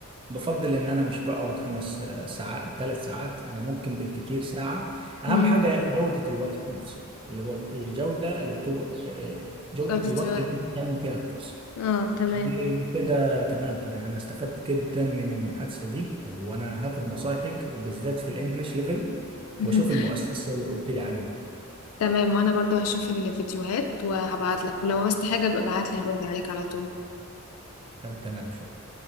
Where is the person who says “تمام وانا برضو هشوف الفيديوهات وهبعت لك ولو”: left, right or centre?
Left